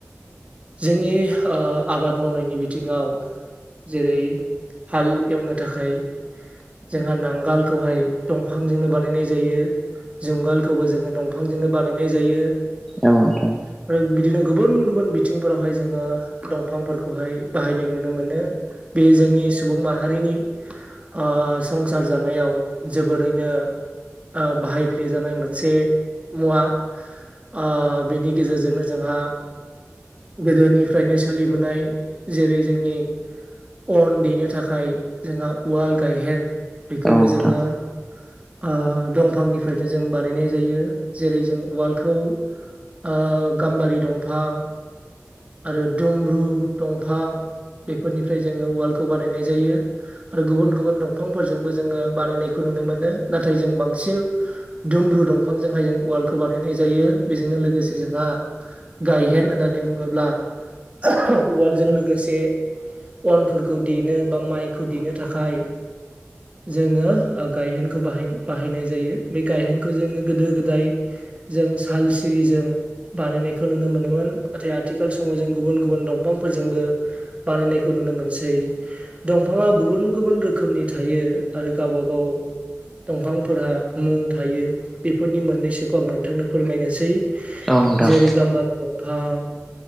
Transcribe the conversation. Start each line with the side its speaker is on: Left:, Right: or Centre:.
Right: जोंनि ओ आबाद मावनायनि बिथिङाव जेरै- हाल एवनो थाखाय जोंहा नांगोलखौहाय दंफांजोंनो बानायनाय जायो। जुंगालखौबो जोङो दंफांजोंनो बानायनाय जायो।
Centre: औ नोंथां
Right: आरो बिदिनो गुबुन गुबुन बिथिंफोरावहाय जोङो दंफांफोरखौहाय बाहायनाय नुनो मोनो बे जोंनि सुबुं माहारिनि ओ संसार जानायाव जोबोरैनो ओ बाहायफ्ले जानाय मोनसे मुवा ओ बेनि गेजेरजोंनो जोंहा गोदोनिफ्रायनो सोलिबोनाय जेरै जोंनि अन देनो थाखाय जोंहा उवाल गायहेन बेखौबो
Centre: औ नोंथां
Right: जोङो ओ दं फांनिफ्रायनो जों बानायनाय जायो जेरै- जों उवालखौ ओ गाम्बारि दंफां आरो दुमब्रु दंफां बेफोरनिफ्राय जोङो उवालखौ बानायनाय जायो। आरो गुबुन गुबुन दंफांफोरजोंबो जोङो बानायनायखौ नुनो मोनो नाथाय जों बांसिन दुमब्रु दंफांजोंहाय जों वालखौ बानायनाय जायो बेजोंनो लोगोसे जोंहा गायहेन होननानै बुङोब्ला <unintelligible> उवालजों लोगोसे अनफोरखौ देनो बा माइखौ देनो थाखाय जोङो गायहेनखौ बाहाय-बाहायनाय जायो। बे गायहेनखौ जोङो गोदो-गोदाय जों साल सिरिजों बानायनायखौ नुनो मोनोमोन। नाथाय आथिखाल समाव जों गुबुन गुबुन दंफांफोरजोंबो बानायनायखौ नुनो मोनसै। दंफाङा गुबुन गुबुन रोखोमनि थायो आरो गावबा गाव दंफांफोरहा मुं थायो बेफोरनि मोननैसोखौ आं नोंथांनो फोरमायनोसै
Centre: औ नोंथां
Right: जेरै गामबारि बिफां